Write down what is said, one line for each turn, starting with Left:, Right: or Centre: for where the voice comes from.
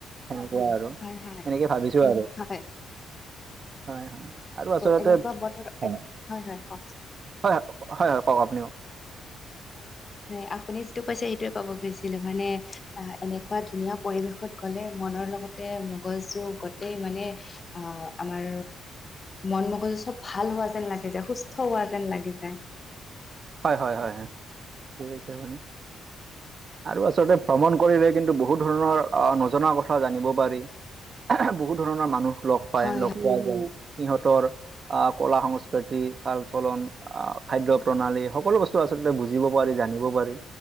Right: সেনেকুৱা আৰু,
Left: হয় হয়
Right: সেনেকে ভাবি আৰু।
Left: হয়
Right: হয় - হয়, আৰু আচলতে-
Left: এনেকুৱা বতৰ
Right: হয়
Left: হয় কওক
Right: হয়- হয়, কওঁক আপুনি কওঁক।
Left: নাই, আপুনি যিটো কৈছে সেইটোৱে ক'ব খুজিছিলোঁ। মানে অ'- এনেকুৱা ধুনীয়া পৰিৱেশত গ'লে, মনৰ লগ তে মগজু গোটই মানে অ'- আমাৰ মন-ম গজু চব ভাল হোৱা যেন লাগি যায়, সুস্থ হোৱা যেন লাগি যায়।
Right: হয় - হয় - হয়। ঠিকে কৈছে আপুনি। আৰু আচলতে ভ্ৰমণ কৰিলে, কিন্তু বহুত ধৰণৰ অ'- নজনা কথা জানিব পাৰি। বহুত ধৰণৰ মানুহ লগ পায়,
Left: হয়
Right: লগ পোৱা যায়। সিহঁতৰ অ'- কলা-সংস্কৃতি, চাল-চলন, অ'- খাদ্য প্ৰণালী, সকলো বস্তু আচলতে বুজিব পাৰি, জানিব পাৰি।